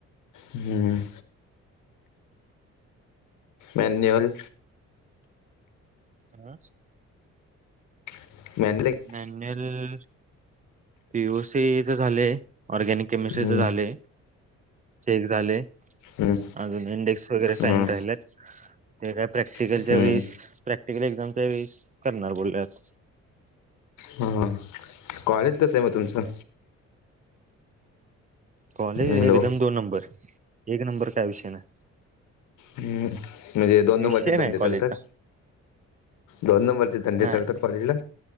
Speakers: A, on the left; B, on the right.
A: हम्म. मॅन्युअल?
B: आ?
A: <unintelligible>
B: मॅन्युअल पी ओ सी च झालंय. ऑरगॅनिक केमिस्ट्रीच
A: हम्म
B: झालय. ते एक झालय.
A: हम्म
B: अजून इंडेक्स वगैरे
A: हं
B: साईन राहिल्यात. ते काय प्रॅक्टिकलच्या
A: हम्म
B: वेळेस इकडे एक्झाम च्या वेळीस करणार बोलल्यात.
A: हा. कॉलेज कसं आहे मग तुमचं?
B: कॉलेज
A: हॅलो
B: एकदम दोन नंबर. एक नंबर काय विषय नाही.
A: हम्म. म्हणजे दोन नंबर
B: विषय
A: चे धंदे
B: नाही
A: चालतात?
B: कॉलेजचा
A: दोन नंबरचे धंदे
B: नाही
A: चालतात कॉलेज ला?